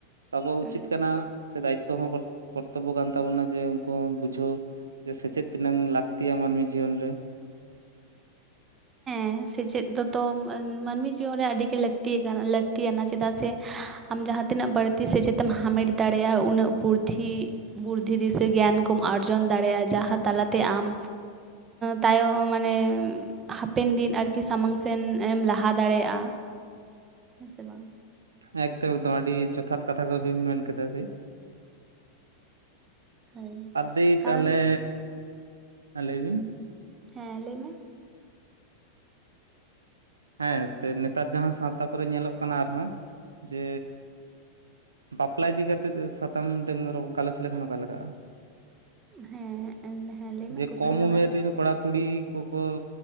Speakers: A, on the right (about 70°); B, on the right (about 20°).
A: ᱟᱵᱚᱣᱟᱜ
B: ᱦᱩᱸ
A: ᱩᱪᱤᱛ ᱠᱟᱱᱟ ᱥᱮ ᱫᱟᱭᱤᱛᱚ ᱦᱚᱸ ᱠᱚᱨᱛᱚᱵᱽᱵᱚ ᱠᱟᱱ ᱛᱟᱵᱚᱱᱟ ᱡᱮ ᱠᱚ ᱵᱩᱡᱷᱟᱹᱣ ᱡᱮ ᱥᱮᱪᱮᱫ ᱛᱤᱱᱟᱹᱝ ᱞᱟᱹᱠᱛᱤᱭᱟ ᱢᱟᱹᱱᱢᱤ ᱡᱤᱭᱚᱱ ᱨᱮ <inaudible>
B: ᱦᱮ ᱥᱮᱪᱮᱫ ᱫᱚᱛᱚ ᱢᱟᱹᱱᱢᱤ ᱡᱤᱭᱚᱱ ᱨᱮ ᱟᱹᱰᱤ ᱜᱮ ᱞᱟᱹᱠ ᱟᱠᱟᱱᱟ ᱞᱟᱹᱠᱛᱤ ᱭᱟᱱᱟ ᱪᱮᱫᱟᱜ ᱥᱮ ᱟᱢ ᱡᱟᱦᱟᱸ ᱛᱤᱱᱟᱹᱜ ᱵᱟᱹᱲᱛᱤ ᱥᱮᱪᱮᱫ ᱮᱢ ᱦᱟᱢᱮᱴ ᱫᱟᱲᱮᱭᱟᱜᱼᱟ ᱩᱱᱟᱹᱜ ᱵᱩᱫᱽᱫᱷᱤ ᱵᱩᱫᱽᱫᱷᱤ ᱫᱤᱥᱟᱹ ᱜᱮᱭᱟᱱ ᱠᱚᱢ ᱟᱨᱡᱚᱱ ᱫᱟᱲᱮᱭᱟᱜᱼᱟ ᱡᱟᱦᱟᱸ ᱛᱟᱞᱟᱛᱮ ᱟᱢ ᱛᱟᱭᱟᱢ ᱢᱟᱱᱮ ᱦᱟᱯᱮᱱ ᱫᱤᱱ ᱟᱨᱠᱤ ᱥᱟᱢᱟᱝ ᱥᱮᱱ ᱮᱢ ᱞᱟᱦᱟ ᱫᱟᱲᱮᱭᱟᱜ-ᱟ ᱦᱮᱸ ᱥᱮ ᱵᱟᱝ
A: ᱮᱠᱫᱚᱢ ᱮᱠᱫᱚᱢ ᱟᱹᱰᱤ ᱡᱚᱛᱷᱟᱛ ᱠᱟᱛᱷᱟ ᱠᱚᱵᱤᱱ ᱢᱮᱱ ᱠᱮᱫᱟ ᱫᱤ
B: ᱦᱳᱭ
A: ᱟᱨ ᱫᱤ
B: ᱠᱟᱨᱚᱱ
A: ᱛᱟᱦᱚᱞᱮ ᱦᱮᱸ ᱞᱟᱹᱭ ᱵᱤᱱ
B: ᱦᱮᱸ ᱞᱟᱹᱭ ᱢᱮ
A: ᱦᱮᱸ ᱱᱮᱛᱟᱨ ᱡᱟᱦᱟᱸ ᱥᱟᱶᱛᱟ ᱠᱚᱨᱮ ᱧᱮᱞᱚᱜ ᱠᱟᱱᱟ ᱟᱨᱦᱚᱸ ᱡᱮ ᱵᱟᱯᱞᱟ ᱤᱫᱤ ᱠᱟᱛᱮᱫ ᱥᱟᱛᱟᱢ ᱜᱟᱞᱚᱪ ᱞᱮᱠᱷᱟᱱ ᱚᱠᱟ ᱞᱮᱜᱟᱜᱼᱟ᱾
B: ᱦᱮᱸ ᱮᱱ ᱦᱮᱸ ᱞᱟᱹᱭ ᱢᱮ
A: ᱡᱮ
B: ᱠᱩᱠᱞᱤ
A: ᱠᱚᱢ
B: ᱫᱚᱦᱚᱭ
A: ᱩᱢᱮᱨ
B: ᱢᱮ
A: ᱨᱮᱱ ᱠᱚᱲᱟᱼᱠᱩᱲᱤ ᱠᱚᱠᱚ